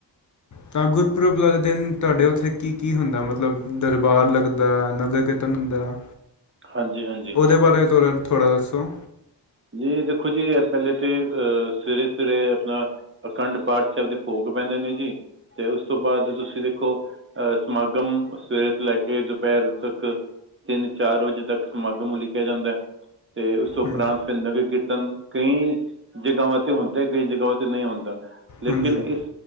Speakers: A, on the left; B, on the right.
A: ਤਾਂ ਗੁਰਪੁਰਬ ਆਲੇ ਦਿਨ ਤੂਆਡੇ ਓਥੇ ਕੀ, ਕੀ ਹੁੰਦੈ, ਮਤਲਬ ਦਰਬਾਰ ਲੱਗਦੈ, ਨਗਰ ਕੀਰਤਨ ਹੁੰਦੈ
B: ਹਾਂਜੀ ਹਾਂਜੀ
A: ਓਦੇ ਬਾਰੇ ਤੋੜਾ, ਥੋੜਾ ਦੱਸੋ?
B: ਜੀ ਦੇਖੋ ਜੀ, ਪੈਲੇ ਤੇ ਅ ਸਵੇਰੇ, ਸਵੇਰੇ ਅਪਨਾ ਅਖੰਡ-ਪਾਠ ਸੈਬ ਦੇ ਭੋਗ ਪੈਂਦੇ ਨੇ ਜੀ, ਤੇ ਉਸ ਤੋ ਬਾਦ ਤੂਸੀ ਦੇਖੋ ਅ ਸਮਾਗਮ ਸਵੇਰੇ ਤੋ ਲੈ ਕੇ ਦੂਪੈਰ ਤੱਕ ਤਿੰਨ-ਚਾਰ ਵਜੇ ਤੱਕ ਸਮਾਗਮ ਉਲੀਕਿਆ ਜਾਂਦੈ, ਤੇ ਉਸ ਤੋਂ ਉਪਰਾੰਤ
A: ਹੂੰ
B: ਫੇਰ ਨਗਰ ਕੀਰਤ ਕਈਂ ਜਗਾਵਾਂ ਤੇ ਹੁੰਦੈ, ਕਈ ਜਗਾਵਾਂ ਤੇ ਨਹੀਂ ਹੁੰਦਾ, ਲੇਕਿਨ
A: ਹਾਂਜੀ
B: ਇਸ